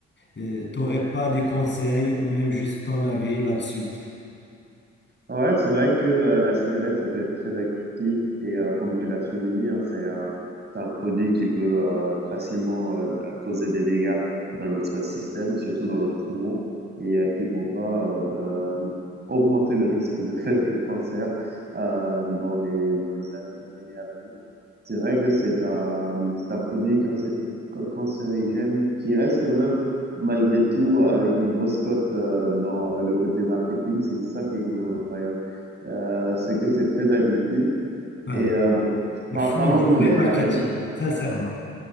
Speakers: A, on the left; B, on the right.
A: Euh, t'aurais pas des conseils ou même juste ton avis là-dessus?
B: Ouais, c'est vrai que euh, la cigarette, ça peut être très addictif et euh, comme tu l'as souligné, hein, c'est un, c'est un produit qui peut euh, facilement euh, causer des dégâts dans notre système, surtout dans notre poumon, et euh, qui pourra euh, euh, augmenter le risque de, <laughs> de cancer euh, dans les, dans les a- les années à venir. C'est vrai que c'est un, c'est un produit cancé- ca- cancérigène qui reste quand même malgré tout, avec une grosse cote euh, dans le côté marketing, c'est ça qui est quand même incroyable. Euh, c'est que c'est très addictif.
A: Ah
B: Et
A: oui,
B: euh, bon,
A: ils
B: par-
A: font
B: parlons
A: du
B: de mon
A: vrai
B: expérience.
A: marketing, sincèrement.